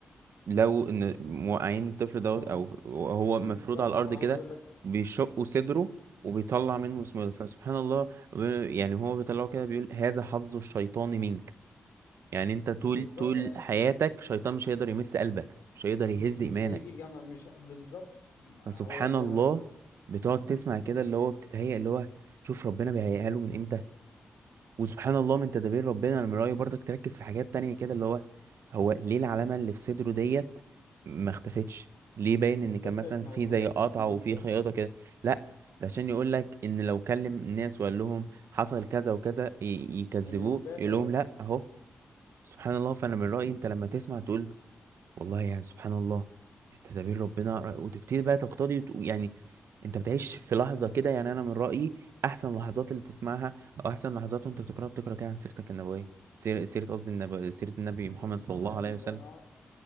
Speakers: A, on the right (about 75°); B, on the left (about 85°).
A: لو ان موقعين الطفل دوت
B: هو
A: او هو
B: بالظبط
A: مفروض على الارض
B: فهو
A: كده
B: بيقول لك
A: بيشقوا صدره وبيطلع منه اسمه ده. فسبحان الله ب- يعني هو بيطلعه كده بيقول هذا حظ الشيطان منك يعني انت طول
B: بالظبط
A: طول
B: يعني
A: حياتك
B: انت
A: شيطان مش هيقدر يمس قلبك مش هيقدر يهز
B: مش
A: ايمانك
B: هيجي جامعه مش ه- بالظبط هو
A: فسبحان
B: ده
A: الله
B: بس
A: بتقعد تسمع كده اللي هو بتتهيأ اللي هو شوف ربنا بيهيئها له من امتى وسبحان الله من تدابير ربنا انا من رأيي برضك تركز في حاجات تانية كده اللي هو هو ليه العلامة اللي في صدره ديت ما اختفتش ليه باين ان كان
B: فضلت
A: مثلا
B: موجوده
A: في زي قطعة
B: بالظبط
A: وفي خياطة كده لا ده عشان يقول لك ان لو كلم الناس وقال لهم حصل كذا وكذا ي- يكذبوه
B: الاثبات
A: يقول
B: اهو
A: لهم لا اهو سبحان الله فانا من رأيي انت لما تسمع تقول والله يعني سبحان الله تدابير ربنا وتبتدي بقى تقتضي وت- يعني انت بتعيش في لحظة كده يعني انا من رأيي احسن لحظات اللي تسمعها او احسن لحظات وانت بتقرأ بتقرأ كده عن سيرتك النبوية سير سيرة قصدي النبي سيرة النبي
B: إن
A: محمد
B: السيره
A: صلى الله عليه
B: النبويه
A: وسلم
B: اه